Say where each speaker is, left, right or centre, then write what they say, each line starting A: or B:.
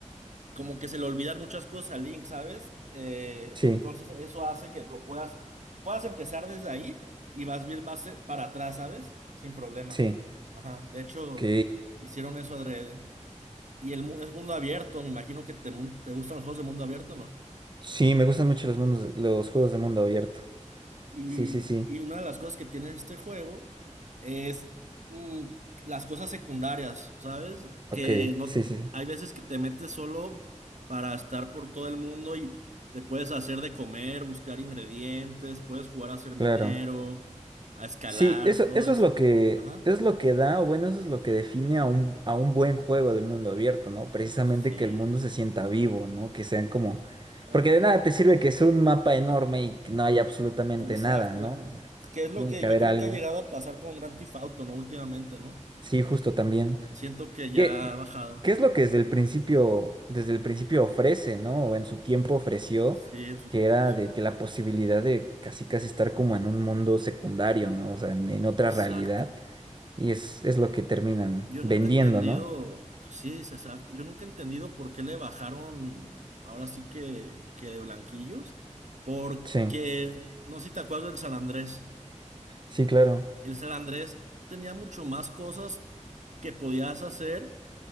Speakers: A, on the right; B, on the right.
A: como que se le olvidan muchas cosas a Link, ¿sabes? Eh,
B: Sí,
A: entonces eso hace que lo puedas, puedas empezar desde ahí y vas bien más eh, para atrás, ¿sabes? Sin problema.
B: sí.
A: Ajá, de hecho,
B: Ok.
A: hicieron eso adrede. Y el mu- es mundo abierto, me imagino que te, mu- te gustan los juegos de mundo abierto, ¿no?
B: Sí, me gustan mucho los mundos, los juegos de mundo abierto.
A: Y,
B: Sí, sí, sí.
A: y una de las cosas que tiene este juego es mm, las cosas secundarias, ¿sabes?
B: Ok,
A: Que no
B: sí, sí, sí.
A: hay veces que te metes solo para estar por todo el mundo y te puedes hacer de comer, buscar ingredientes, puedes jugar a ser minero,
B: Claro.
A: a escalar,
B: Sí, eso,
A: todo
B: eso
A: eso.
B: es lo que,
A: Ajá.
B: es lo que da, o bueno, eso es lo que define a un, a un buen juego de mundo abierto, ¿no? Precisamente
A: Sí.
B: que el mundo se sienta vivo, ¿no? Que sean como...
A: Ajá.
B: Porque de nada te sirve que sea un mapa enorme y que no haya absolutamente
A: Exacto.
B: nada, ¿no? O sea,
A: Que es
B: tiene
A: lo que
B: que
A: yo
B: haber
A: creo
B: algo.
A: que ha llegado a pasar con Grand Theft Auto, ¿no? Últimamente, ¿no?
B: Sí, justo también.
A: Siento que ya
B: ¿Qué,
A: ha bajado.
B: qué es lo que desde el principio, desde el principio ofrece, ¿no? O en su tiempo ofreció,
A: Sí, en su
B: que
A: tiempo,
B: era
A: sí.
B: de que la posibilidad de casi casi estar como en un mundo secundario, ¿no? O sea, en en otra
A: Exacto.
B: realidad Y es, es lo que terminan
A: Yo
B: vendiendo,
A: nunca he entendido,
B: ¿no?
A: pues sí, es exacto. Yo nunca he entendido por qué le bajaron, ahora sí que, que de blanquillos, porque,
B: Sí,
A: no sé si te acuerdas del San Andrés.
B: sí, claro.
A: El San Andrés tenía mucho más cosas que podías hacer